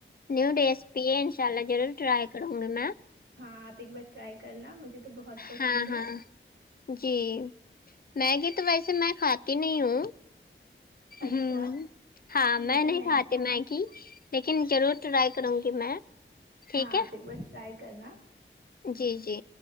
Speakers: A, on the left; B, on the right.
A: نیو ریسپی ہے انشاء اللہ ضرور ٹرائی کروں گی میں
B: ہاں آپ ایک بار ٹرائی کرنا مجھے تو بہت پسند
A: ہاں
B: ہے
A: ہاں جی میگی تو ویسے میں کھاتی نہیں ہوں
B: اچھا
A: ہ ہاں
B: لیکن
A: میں نہیں
B: میگی
A: کھاتی
B: کھانا
A: میگی لیکن ضرور ٹرائی کروں گی میں ٹھیک
B: ہاں
A: ہے
B: آپ ایک بار ٹرا ئی کرنا
A: جی جی